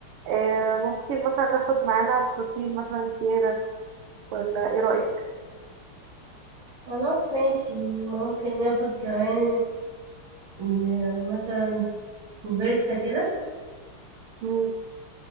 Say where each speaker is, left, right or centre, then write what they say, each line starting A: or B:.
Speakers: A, on the right; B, on the right.
A: آه ممكن مثلا ناخد معانا فطير مثلا زيادة ولا ايه رأيك؟
B: خلاص ماشي ممكن ناخد كمان ن- مثلا كوفيرتا كده
A: مم.